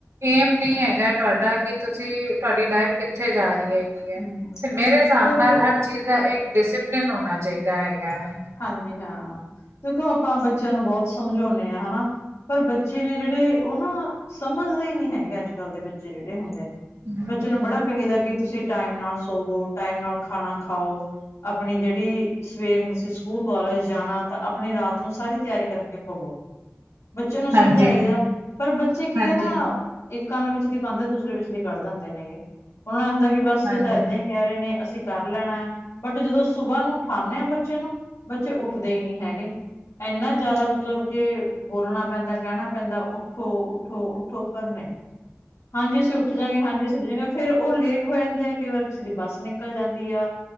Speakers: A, on the right; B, on the left.
A: ਏਮ ਨਹੀਂ ਹੈਗਾ ਤੁਹਾਡਾ ਕਿ, ਤੁਸੀਂ ਤੁਹਾਡੀ ਲਾਈਫ ਕਿੱਥੇ ਜਾ ਰਹੀ ਏ।
B: ਹੂੰ,
A: ਤੇ ਮੇਰੇ ਹਿਸਾਬ
B: ਪਰ
A: ਨਾਲ
B: ਉਹ
A: ਹਰ ਚੀਜ਼ ਦਾ ਇੱਕ ਡਿਸਿਪਲਿਨ ਹੋਣਾ ਚਾਹੀਦਾ ਹੈਗਾ ਹੈ।
B: ਹਾਂਜੀ ਹਾਂ, ਦੇਖੋ ਆਪਾਂ ਬੱਚਿਆਂ ਨੂੰ ਬਹੁਤ ਸਮਝਾਉਂਦੇ ਹਾਂ ਹਨਾ। ਪਰ ਬੱਚੇ ਨੇ ਜਿਹੜੇ ਉਹ ਨਾ ਸਮਝਦੇ ਹੀ ਨਹੀਂ ਹੈਗੇ ਅੱਜ ਕੱਲ੍ਹ ਦੇ ਬੱਚੇ ਜਿਹੜੇ ਹੁੰਦੇ ਨੇ।
A: ਹੂੰ,
B: ਬੱਚੇ ਨੂੰ ਬੜਾ ਕਹੇ ਦਾ ਕਿ ਤੁਸੀਂ ਟਾਈਮ ਨਾਲ ਸੋਵੋ, ਟਾਈਮ ਨਾਲ ਖਾਣਾ ਖਾਓ, ਆਪਣੀ ਜਿਹੜੀ ਸਵੇਰ ਨੂੰ ਸਕੂਲ, ਕਾਲਜ ਜਾਣਾ ਤਾਂ ਆਪਣੀ ਰਾਤ ਨੂੰ ਸਾਰੀ ਤਿਆਰੀ ਕਰਕੇ ਪਵੋ। ਬੱਚੇ ਨੂੰ ਸਮਝਾਈ
A: ਹਾਂਜੀ,
B: ਦਾ, ਪਰ ਬੱਚੇ ਕੀ
A: ਹਾਂਜੀ,
B: ਹੈ ਨਾ ਇੱਕ ਕੰਨ ਵਿੱਚ ਦੀ ਪਾਉਂਦੇ, ਦੂਸਰੇ ਵਿੱਚ ਦੀ ਕੱਢ ਦਿੰਦੇ ਨੇ ਇਹ। ਉਹਨਾ ਇਹ ਹੁੰਦਾ ਕਿ ਬਸ
A: ਹਾਂਜੀ,
B: ਇਹ ਤਾਂ ਏਦਾਂ ਈ ਕਹਿ ਰਹੇ ਨੇ ਅਸੀਂ ਕਰ ਲੈਣਾ, ਬਟ ਜਦੋਂ ਸੁਬਾਹ ਨੂੰ ਉਠਾਦੇ ਹਾਂ ਬੱਚੇ ਨੂੰ ਬੱਚੇ ਉੱਠਦੇ ਹੀ ਨੀ ਹੈਗੇ। ਇੰਨਾ ਜ਼ਿਆਦਾ ਮਤਲਬ ਕੇ ਬੋਲਣਾ ਪੈਂਦਾ, ਕਹਿਣਾ ਪੈਂਦਾ, ਉੱਠੋ ਉੱਠੋ ਉੱਠੋਪਰ ਨਈ। ਹਾਂਜੀ ਅਸੀਂ ਉੱਠ ਜਾਂਗੇ ਹਾਂਜੀ ਅਸੀ ੳਠ ਜਾਂਗੇ ਫੇਰ ਉਹ ਲੇਟ ਹੋ ਜਾਂਦੇ ਆ, ਕਈ ਵਾਰ ਕਿਸੇ ਦੀ ਬੱਸ ਨਿਕਲ ਜਾਂਦੀ ਆ